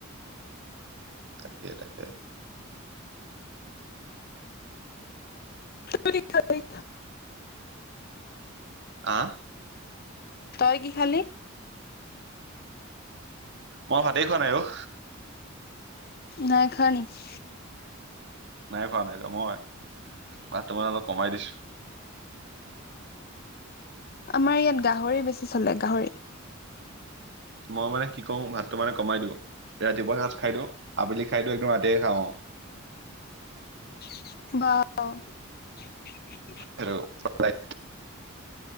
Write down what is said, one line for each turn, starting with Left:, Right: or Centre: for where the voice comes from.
Right: তাকে তাকে।
Left: <inaudible>
Right: আহ।
Left: তই কি খালি?
Right: মই ভাতেই খোৱা নাই অ'।
Left: নাই খোৱা নেকি?
Right: নাই খোৱা নাই খোৱা মই ভাতটো মানে অলপ কমাই দিছো।
Left: আমাৰ ইয়াত গাহৰি বেছি চলে গাহৰি।
Right: মই মানে কি কৰো ভাতটো মানে কমাই দিওঁ ৰাতিপুৱা সাাজ খাই দিওঁ আবেলি খাই দিওঁ একদম ৰাতিয়ে খাওঁ।
Left: <inaudible>
Right: হেল্ল। <inaudible>